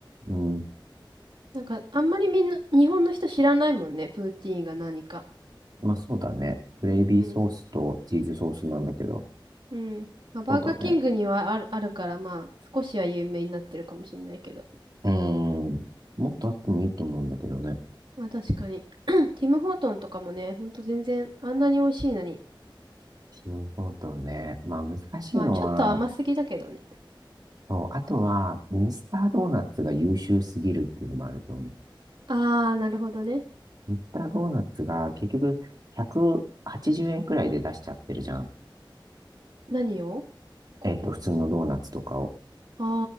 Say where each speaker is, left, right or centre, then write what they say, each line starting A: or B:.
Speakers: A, on the right; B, on the right.
A: うん。
B: なんか、あんまりみんな、日本の人知らないもんね、プーティーンが何か。
A: まあそうだね。グレイビーソースとチーズソースなんだけど。
B: うんうん。まあ、バーガーキングにはある、
A: そうだね。
B: あるから、まあ、少しは有名になってるかもしれないけど。
A: うん。もっとあってもいいと思うんだけどね。
B: まあ、確かに。<clears throat> ティム・ホートンとかもね、ほんと全然、あんなに美味しいのに。
A: チームポートね。まあ難しいのは、
B: まあ、ちょっと甘すぎだけどね。
A: そう、あとは、ミスタードーナツが優秀すぎるっていうのもあると思う。
B: あー、なるほどね。
A: ミスタードーナツが結局180円くはちじゅうえんくらいで出しちゃってるじゃん。
B: 何をここ。
A: えっと、普通のドーナツとかを。
B: あ